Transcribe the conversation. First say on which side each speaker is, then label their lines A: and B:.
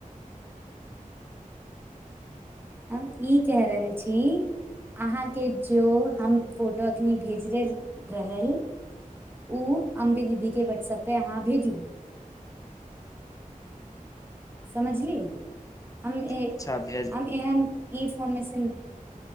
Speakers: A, on the left; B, on the right.
A: <inaudible>
B: हम ई कह रहल छी अहाँके जो हम फोटो अखनी भेजले रहल उ अम्बे दीदीके व्हाट्सअपे अहाँ भेजू समझली हम ऐं
A: अच्छा भेज
B: हम एहन ई फोन मे से न